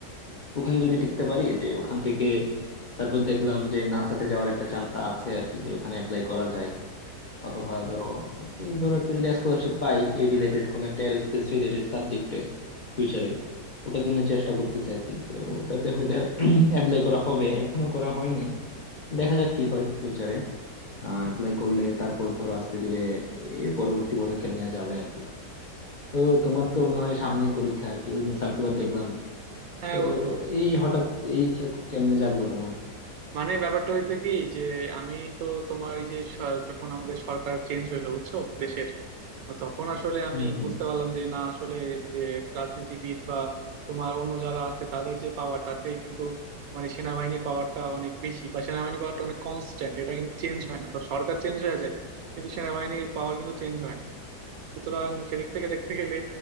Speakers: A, on the left (about 80°); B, on the right (about 70°).
A: ওখানে যদি টিকতে পারি যে ওখান থেকে তারপর দেখলাম যে নাসাতে যাওয়ার একটা চান্স আছে আর কি যে ওখানে অ্যাপ্লাই করা যায় অথবা ধরো এই ধরো একটা যদি স্কলারশিপ পাই এই রিলেটেড কোন একটা এরোস্পেস রিলেটেড সাবজেক্টে ফিউচারে ওটার জন্য চেষ্টা করতেছি আর কি তো ওটাতে হয়তো <clears throat> অ্যাপ্লাই করা হবে এখনো করা হয় নাই দেখা যাক কি হয় ফিউচারে অ্যাপ্লাই করলে তারপর ধরো আস্তে ধীরে এর পরবর্তী পদক্ষেপ নেওয়া যাবে আর কি তো তোমার তো মনে হয় সামনেই পরীক্ষা আর কি ওইদিন সার্কুলার দেখলাম
B: হ্যাঁ
A: তো
B: বন্ধু
A: এই হঠাৎ এই ইচ্ছা কেমনে জাগলো তোমার
B: মানে ব্যাপারটা হইতে কি যে আমি তো তোমার এই যে স- যখন আমাদের সরকার চেঞ্জ হইলো বুঝছো দেশের তখন আসলে আমি
A: হুম হুম
B: বুঝতে পারলাম যে না আসলে যে রাজনীতিবিদ বা তোমার অন্য যারা আছে তাদের যে পাওয়ার তাতে কিন্তু মানে সেনাবাহিনীর পাওয়ারটা অনেক বেশি বা সেনাবাহিনীর পাওয়ারটা অনেক কনস্ট্যান্ট এটা কিন্তু চেঞ্জ হয় না তো সরকার চেঞ্জ হয়ে যায় কিন্তু সেনাবাহিনীর পাওয়ার কিন্তু চেঞ্জ হয় না সুতরাং সেদিক থেকে দেখতে গেলে